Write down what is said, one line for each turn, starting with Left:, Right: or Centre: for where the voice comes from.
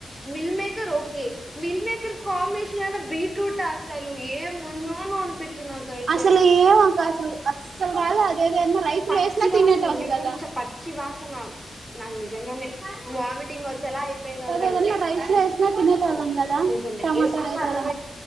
Centre: meal maker okay meal maker combination అయినా బీట్రూట్ అసలు ఏమి ఉన్నొనో అనిపించిది నాకైతే
Right: అసలు ఏం అక్క అసలు అస్సలు వాలే అదేదైనా రైస్లు
Centre: పచ్చి
Right: వేసినా
Centre: వాసన
Right: తినేట వాళ్ళు
Centre: లిటరల్
Right: కదా
Centre: పచ్చి వాసన నాకు నిజంగానే వామిటింగ్ వచ్చేలా అయిపోయింది
Right: పోనీ
Centre: అసలు
Right: ఏదైనా రైస్ లో వేసిన తినేటోళ్లం కదా
Centre: నిజమే
Right: టమాటర్
Centre: ఏ ఆ
Right: రైస్
Centre: కలర్
Right: అల